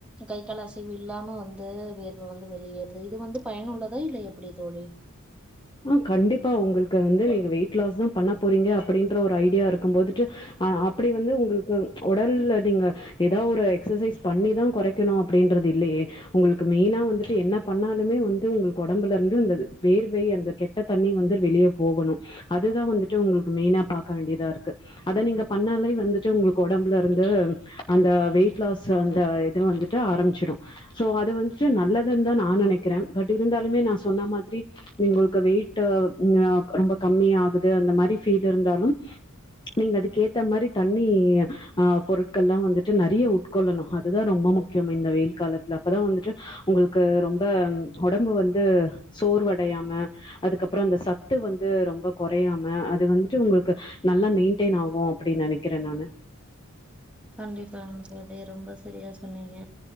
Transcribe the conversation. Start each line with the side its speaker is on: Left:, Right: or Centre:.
Centre: கை காலசைவு இல்லாம வந்து இந்த வேர்வ வந்து வெளியேறுது இது வந்து பயனுள்ளதா இல்ல எப்டி தோழி
Left: ஆஹ் கண்டிப்பா உங்களுக்கு வந்து நீங்க வெயிட் லாஸ் தான் பண்ண போறீங்க அப்படின்ற ஒரு ஐடியா இருக்கும் போதுட்டு அஹ் அப்படி வந்து உங்களுக்கு உடல்ல நீங்க ஏதாவ ஒரு எக்சைஸ் பண்ணிதான் கொறைக்கணும் அப்படின்றது இல்லையே உங்களுக்கு மெயினா வந்துட்டு என்ன பண்ணாலுமே வந்து உங்களுக்கு உடம்புல இருந்து இருந்தது வேர்வை அந்த கெட்ட தண்ணி வந்து வெளியே போகனும் அது தா வந்துட்டு உங்களுக்கு மெயினா பாக்க வேண்டிதா இருக்கு அத நீங்க பண்ணாலே வந்துட்டு உங்களுக்கு ஒடம்புல இருந்து அந்த வெயிட் லாஸ் அந்த இது வந்துட்டு ஆரம்பிச்சிடும் சோ அது வந்துட்டு நல்லதுன்னு தா நா நெனைக்கிற பட் இருந்தாலுமே நா சொன்ன மாதிரி உங்களுக்கு வெயிட்ஹ ரொம்ப கம்மி ஆகுது அந்த மாதிரி பீல் இருந்தாலும் நீங்க அதுக்கு ஏத்த மாதிரி தண்ணி ஆஹ் பொருட்கள் எல்லாம் வந்துட்டு நெறைய உட்கொள்ளணும் அதுதான் ரொம்ப முக்கியம் இந்த வெயில் காலத்துல அப்பதான் வந்துட்டு உங்களுக்கு ரொம்ப உடம்பு வந்து சோர்வட அடையாம அதுக்கப்புறோ அந்த சத்து வந்து ரொம்ப கொறையாம அது வந்துட்டு உங்களுக்கு நல்லா மெயின்டெயின் ஆகும் அப்டின்னு நெனைக்கிறேன் நானு
Centre: கண்டிப்பா தோழி ரொம்ப சரியா சொன்னீங்க